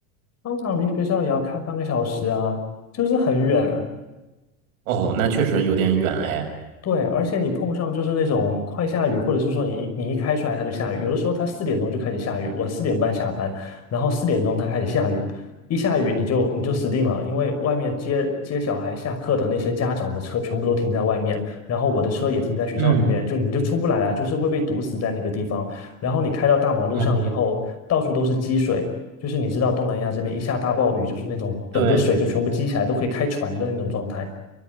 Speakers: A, on the left (about 40°); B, on the right (about 80°).
A: 商场离学校也要开半个小时啊，就是很远。
B: 哦，那确实有点远哎。
A: 对，而且你碰上就是那种快下雨，或者是说你一你一开出来它就下雨，有的时候它四点钟就开始下雨，我四点半下班，然后四点钟它开始下雨，一下雨你就你就死定了，因为外面接接小孩下课的那些家长的车全部都停在外面，然后我的车也停在学校里面，
B: 嗯
A: 就你就出不来了，就是会被堵死在那个地方。然后你开到大马路上以后，
B: 嗯，
A: 到处都是积水，就是你知道东南亚这边一下大暴雨，就是那种整个水就全部积起来，
B: 对
A: 都可以开船的那种状态。